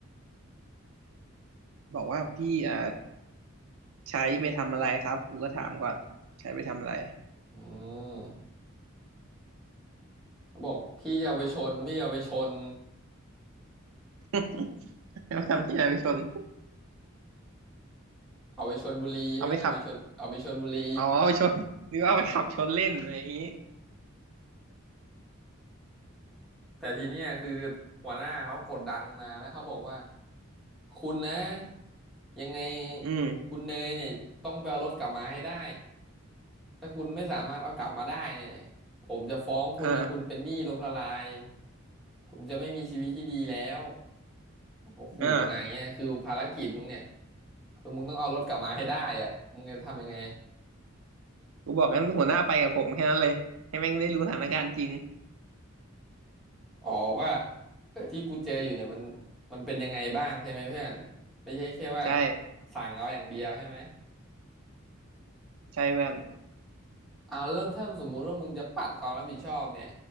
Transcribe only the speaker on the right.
บอกว่าพี่อ่าใช้ไปทำอะไรครับกูก็ถามก่อนใช้ไปทำอะไร
<laughs> เอา <laughs> ไปทำที่ไหนไปชน
เอาไปขับ อ๋อชนนึกว่าไปขับชนเล่นอะไรอย่างนี้
อืม
อ่า
อ่า
กูบอกงั้นหัวหน้าไปกับผมแค่นั้นเลยให้แม่งได้รู้สถานการณ์จริง
ใช่
ใช่เพื่อน